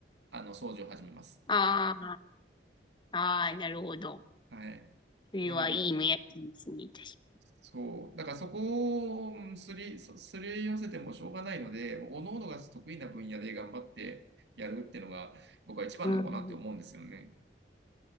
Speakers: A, on the right; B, on the left.
A: あの、掃除を始めます。
B: ああ、ああ、なるほど。
A: はい。
B: それはいい目安ですね。
A: なので、
B: 確か
A: そう。だからそこをうんすり、そすり寄せてもしょうがないので、もう各々が得意な分野で頑張ってやるっていうのが僕は一番なのかなって思うんですよね。
B: うん、うん。